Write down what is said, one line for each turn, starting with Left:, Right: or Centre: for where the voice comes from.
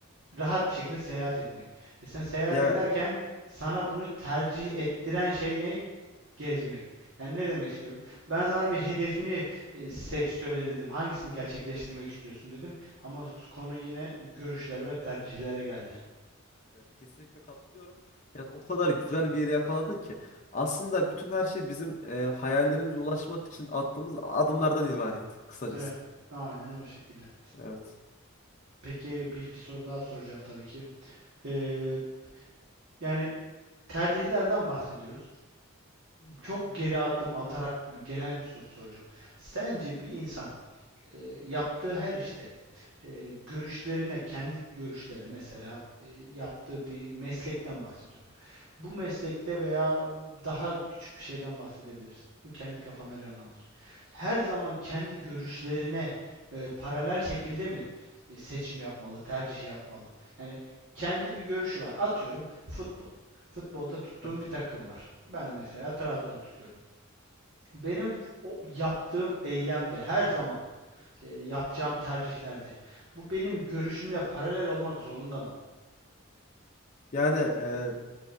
Right: rahat bir şekilde seyahat etmek. E sen seyahat
Left: Ya
Right: ederken sana bunu tercih ettiren şey ne? Gezmek. Yani ne demek istiyorum? Ben sana bir hedefini e, seç söyle dedim. Hangisini gerçekleştirmek istiyorsun dedim. Ama konu yine görüşler ve tercihlere geldi.
Left: Evet, kesinlikle katılıyorum. Yani o kadar güzel bir yeri yakaladın ki. Aslında bütün her şey bizim e, hayallerimize ulaşmak için attığımız adımlardan ibaret kısacası.
Right: Eh, aynen o şekilde.
Left: Evet.
Right: Peki bir, bir soru daha soracağım tabii ki. Ee, yani tercihlerden bahsediyoruz. Çok geri adım atarak bir- genel bir soru soracağım. Sence bir insan e, yaptığı her işte e, görüşlerine, kendi görüşlerine mesela e, yaptığı bir meslekten bahsediyorum. Bu meslekte veya daha küçük bir şeyden bahsedebilirsin. Kendi kafana canlandır. Her zaman kendi görüşlerine e, paralel şekilde mi e, seçim yapmalı, tercih yapmalı? Yani kendi bir görüşü var. Atıyorum futbol. Futbolda tuttuğum
Left: Evet.
Right: bir takım var. Ben mesela Trabzon'u tutuyorum. Benim o yaptığım eylemde her zaman e, yapacağım tercihlerde bu benim görüşümle paralel olmak zorunda mı?
Left: Yani e,